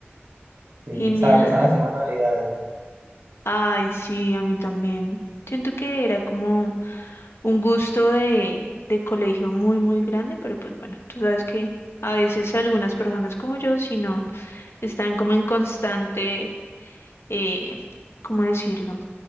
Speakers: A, on the right (about 85°); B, on the left (about 75°).
A: Sí,
B: genial.
A: o sea, empezar la semana habilidades,
B: Ay, sí, a mí también. Siento que era como un gusto de, de colegio muy, muy grande, pero pues bueno, tú sabes que a veces algunas personas como yo, si no, están como en constante, eh, ¿cómo decirlo?